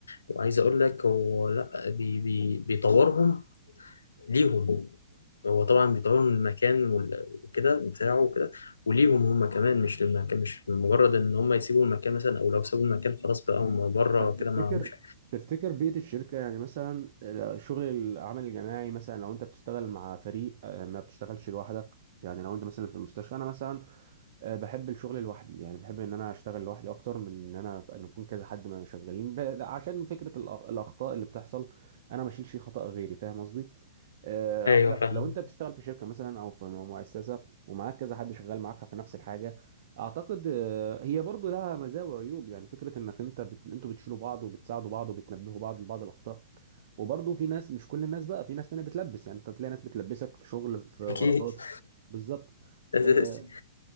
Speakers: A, on the left (about 80°); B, on the right (about 55°).
A: وعايز اقول لك هو لا بي... بي... بيطورهم ليهم هو طبعا بيطوروا من المكان وال- وكده بتاعه وكده وليهم هم كمان مش للمكان مش مجرد ان هم يسيبوا المكان مثلا او لو سابوا المكان خلاص بقى هم بره
B: طب
A: كده
B: تفتكر
A: ما همش
B: تفتكر بيئة الشركة يعني مثلا آه، شغل العمل الجماعي مثلا لو انت بتشتغل مع فريق آه، ما بتشتغلش لوحدك يعني لو انت مثلا في المستشفى انا مثلا آه، بحب الشغل لوحدي يعني بحب ان انا اشتغل لوحدي اكتر من ان انا ان يكون كذا حد ما شغالين ب- عشان فكرة الأ- الاخطاء اللي بتحصل انا ما اشيلش خطأ غيري فاهم قصدي آه،
A: ايوه
B: أعتقد-
A: فاهم
B: لو انت بتشتغل في شركه مثلا او في مؤسسه ومعاك كذا حد شغال معاك في نفس الحاجه اعتقد آه، هي برضو لها مزايا وعيوب يعني فكره انك انت بت... انتوا بتشيلوا بعض وبتساعدوا بعض وبتنبهوا بعض لبعض الاخطاء وبرضو في ناس مش كل الناس بقى في ناس تانية بتلبس يعني انت تلاقي ناس بتلبسك في شغل في غلطات
A: اكيد <laughs>
B: بالظبط
A: أساسي.
B: آه،